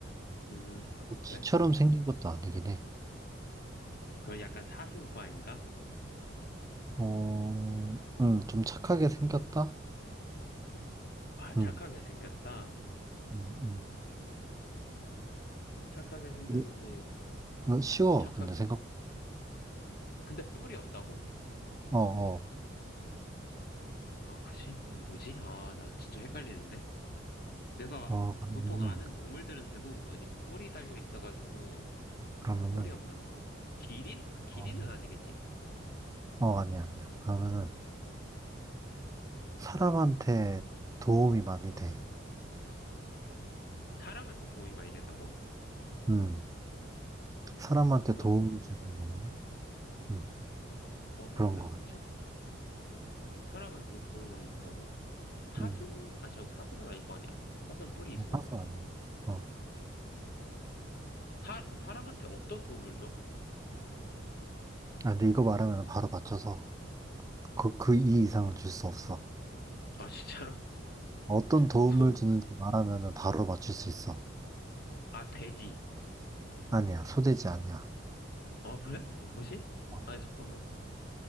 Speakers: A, on the left; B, on the right.
A: 음, 아,
B: 뭐
A: 그래?
B: 쥐처럼 생긴 것도 아니긴 해.
A: 그럼 약간 사슴과인가?
B: 어, 응, 좀 착하게 생겼다?
A: 아, 착하게
B: 응,
A: 생겼다.
B: 응, 응.
A: 착하게 생겼는데,
B: 이게 이거 쉬워,
A: 착각,
B: 근데 생각,
A: 근데 뿔이 없다고?
B: 어, 어,
A: 아, 그지? 어, 뭐지? 아, 나 진짜 헷갈리는데? 내가
B: 어,
A: 아-
B: 그러면은,
A: 보통 아는 동물들은 대부분 뿔이, 뿔이 달려 있어가지고,
B: 그러면은,
A: 뿔이 없는 거. 기린? 아, 기린은
B: 어,
A: 아니겠지?
B: 어, 아니야, 아니야. 그러면은, 사람한테 도움이 많이 돼.
A: 사람한테 도움이 많이 된다고?
B: 응. 사람한테
A: 사람한테?
B: 도움 주는 건가? 음,
A: 어, 그래?
B: 그런 것
A: 뭐지?
B: 같아.
A: 사람한테 도움을 많이 준다고? 사슴?
B: 음,
A: 아, 잠깐, 사슴은 아닐 거 아니야. 사슴 뿔이 있어.
B: 뭐 파서 아니야. 어.
A: 사, 그럼 사람한테 어떤 도움을 줘?
B: 아, 근데 이거 말하면 바로 맞춰서 그, 그 이 이상은 줄 수 없어.
A: 아, 진짜로?
B: 어떤
A: <laughs>
B: 도움을
A: 소?
B: 주는지 말하면 바로 맞출 수 있어.
A: 아, 돼지.
B: 아니야, 소재지 아니야.
A: 아, 그래? 아, 뭐지?
B: 어,
A: 아니, 잠깐만.